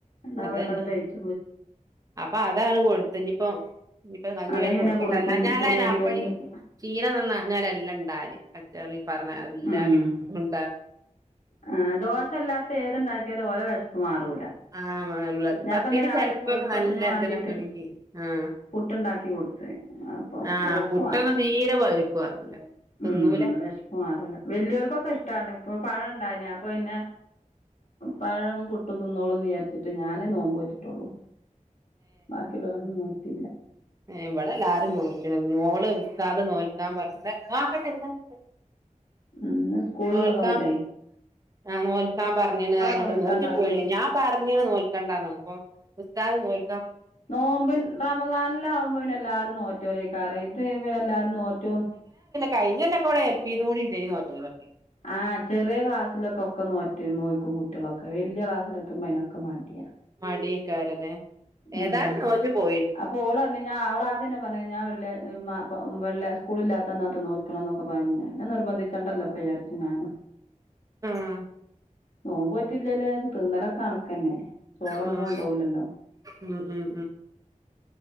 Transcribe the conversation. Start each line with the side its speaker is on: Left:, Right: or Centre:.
Left: എന്നാ
Right: അതന്നെ
Left: പെട്ടെന്ന് ദേഹിച്ചു
Right: അപ്പൊ അതാണ് കൊടുത്ത്. നിപ്പോ ഇണങ്ങിയാ
Left: അല്ലെങ്കി
Right: കുട്ടിക്കട്ടല്ല
Left: പിന്നെ കുറി കുഞ്ഞ്
Right: ഞാന
Left: കുറിയരി
Right: അപ്പയി
Left: കഞ്ഞിയൊക്കെ
Right: ചീന നഞ്ഞാൽ എല്ലാം ഇണ്ടാവല് കറ്ററി <unintelligible>
Left: ഉം ആ ദോശല്ലാത്ത ഏത് ഇണ്ടാക്കിയാലും ഓലെ വിഷപ്പ് മാ ഉല
Right: ആ മാറുള്ളത്.
Left: ഞൻപ്പന്താ
Right: പത്തിരി
Left: രാവിലെ
Right: ചെലപ്പൊക്കെ
Left: കുഴപ്പത്തിന്
Right: നല്ല
Left: വാണ്ടീട്ട്
Right: ഇതിലൊക്കെ ആണെങ്കി ആ
Left: പുട്ട് ഇട്ടുണ്ടാക്കി കൊടുത്ത് അപ്പൊ
Right: ആ
Left: ഓൾക്ക്
Right: പുട്ടൊന്നും
Left: വാണ്ട.
Right: തീരെ പഴുപ്പ് മാറൂല തിന്നൂല
Left: ഉം വിഷപ്പ് മാറുല്ല. വലിയോർക്കൊക്കെ ഇഷ്ട്ടാണ്. അപ്പ പഴം ഉണ്ടായിന് അപ്പൊ പിന്നെ പഴം, പുട്ടും തിന്നോളും വിചാരി ന്ന്ട്ട് ഞാനേ നോമ്പോറ്റിട്ടൊള്ളൂ. ബാക്കിയുല്ലൊരുന്നും നോറ്റില്ല.
Right: ഏ ഇവിടെല്ലാരും നോറ്റു. ഓല് ഉസ്താദ് നോൽക്കാൻ പറഞ്ഞു നോക്കട്ടെ <unintelligible>
Left: ഉം ഇന്ന് സ്കൂൾ
Right: നോൽക്കാൻ
Left: ഉള്ളതോണ്ടേ?
Right: ആഹ് നോൽക്കാൻ പറഞ്ഞിന്.
Left: നോൽക്കാന്നറിഞ്ഞ്
Right: നോറ്റ് പോയിന് ഞാൻ പാ പറഞ്ഞിന് നോൽക്കണ്ടാന്ന്. പറഞ്ഞപ്പോ ഉസ്താദ് നോൽ
Left: നോമ്പ് റമദാനിലാവകുമ്പോ പിന്നെ എല്ലാവാരും നോറ്റോലേ കറ ഇത് പിന്ന എല്ലാരും നോറ്റു
Right: കഴിഞ്ഞ കൊല്ലൊക്കെ ഇവിടെ ഹെൽപി നു ണ്ടായിരുന്നു. നോറ്റോരൊക്കെ.
Left: ആഹ് ചെറിയ ക്ലാസ്സിലൊക്കെ ഒക്കെ നോറ്റ് നോൽക്കും കു കുട്ടികളക്കെ വലിയ ക്ലാസിലൊക്കെ എത്തുമ്പോ അതിനൊക്കെ മാഠിയാ.
Right: മടിയെക്കാരല്ലെ
Left: ഉം
Right: ഏതായും നോറ്റു പോ
Left: അപ്പൊ അവഓള് പറഞ്ഞഞ് ഞാൻ അപ്പൊ ഓള് പറഞ്ഞ ന്നാ അവള് ആദ്യം തന്നെ പറഞ്ഞ ന്നാ വെള്ളി നോക്കാ വെള്ളി സ്കൂളില്ലാത്ത അന്നൊക്കെ നോക്കണ്. അപ്പ അതന നിർബന് ദികണ്ടല്ലോ വിചാരിച്ചു ഞാന്.
Right: ആ
Left: നോമ്പ് നോറ്റില്ലല്ലോ എന്ന് വിചാരിച് തിന്നലൊക്കെ കണക്കന്നെ. ചോറൊന്നും
Right: ആഹ്
Left: കൊണ്ടോവില്ലല്ലോ.
Right: ഉം ഉം